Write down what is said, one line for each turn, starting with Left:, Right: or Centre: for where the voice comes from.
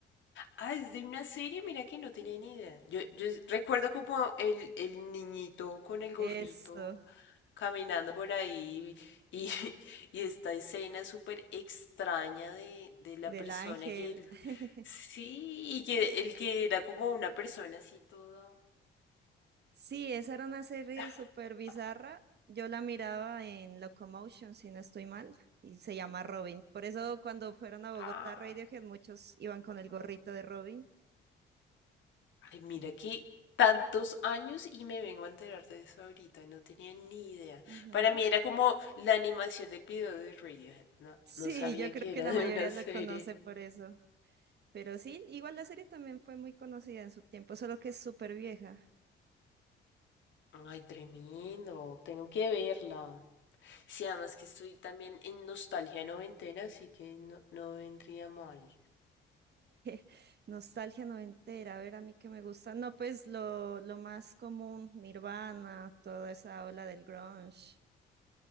Left: Ah, es de una serie, mira que no tenía ni idea. Yo, yo es- recuerdo como el, el niñito con el
Right: Eso,
Left: gorrito caminando por ahí y, <laughs> y esta escena súper extraña de, de la
Right: del
Left: persona
Right: ángel.
Left: que... él-
Right: <laughs>
Left: Sí, y que el que era como una persona así toda...
Right: Sí, esa era una serie
Left: <laughs>
Right: súper bizarra. Yo la miraba en Locomotion, si no estoy mal, y se llama Robin. Por eso cuando fueron a Bogotá
Left: Ah.
Right: Radiohead, muchos iban con el gorrito de Robin.
Left: Ay, mira que tantos años y me vengo a enterar de eso ahorita, no tenía ni idea.
Right: Ujú.
Left: Para mí era como la animación del video de Radiohead, no,
Right: Sí,
Left: no sabía
Right: yo creo
Left: que
Right: que
Left: era
Right: la
Left: de
Right: mayoría
Left: una serie.
Right: lo conoce por eso. Pero sí, igual la serie también fue muy conocida en su tiempo, solo que es súper vieja.
Left: Ay, tremendo, tengo que verla. Sí, además que estoy también en nostalgia noventena, así que no, no vendría mal.
Right: <laughs> Nostalgia noventera, a ver, a mí que me gusta. No, pues lo, lo más común, Nirvana, toda esa ola del grunge.